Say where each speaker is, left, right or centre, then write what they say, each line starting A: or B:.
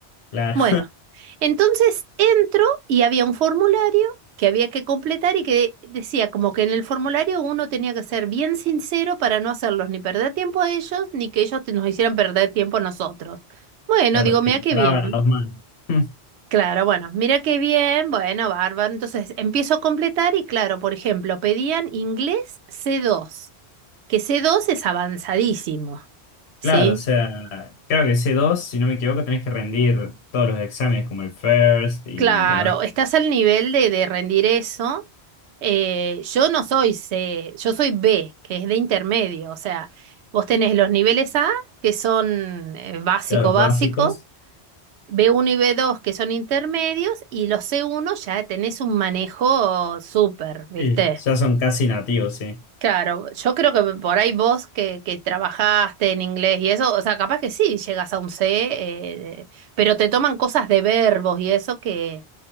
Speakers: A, on the left (about 75°); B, on the right (about 80°).
A: Claro,
B: Bueno, entonces entro y había un formulario que había que completar y que decía como que en el formulario uno tenía que ser bien sincero para no hacerlos ni perder tiempo a ellos ni que ellos te- nos hicieran perder tiempo a nosotros.
A: <laughs>
B: Bueno,
A: claro,
B: digo,
A: filtraban
B: mira qué bien.
A: los manos. <laughs>
B: Claro, bueno, mira qué bien, bueno, bárbaro. Entonces empiezo a completar y claro, por ejemplo, pedían inglés c dos, que c dos es avanzadísimo, ¿sí?
A: Claro, o sea, creo que c dos si no me equivoco, tenés que rendir todos los exámenes como el FIRST y
B: Claro,
A: demás,
B: estás al nivel de, de rendir eso. Eh, yo no soy C, yo soy B, que es de intermedio. O sea, vos tenés los niveles A, que son eh, básico,
A: claro, los
B: básico,
A: básicos.
B: b uno y b dos, que son intermedios, y los c uno ya tenés un manejo súper, ¿viste?
A: Sí, ya son casi nativos, sí.
B: Claro, yo creo que por ahí vos que, que trabajaste en inglés y eso, o sea, capaz que sí llegas a un C, eh, pero te toman cosas de verbos y eso que,